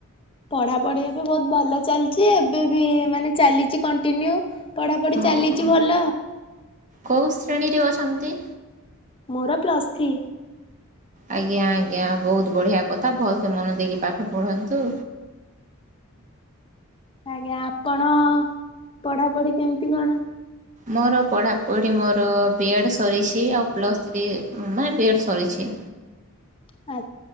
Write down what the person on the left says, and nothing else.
ପଢାପଢି ଏବେ ବହୁତ ଭଲ ଚାଲିଛି ଏବେ ବି ମାନେ ଚାଲିଛି କଣ୍ଟିନ୍ୟୁ, ପଢାପଢି
ଚାଲିଛି ଭଲ
ମୋର ପ୍ଲସ୍ ଥ୍ରି,
ଆଜ୍ଞା ଆପଣ? ପଢା ପଢି କେମତି କଣ,
ଆ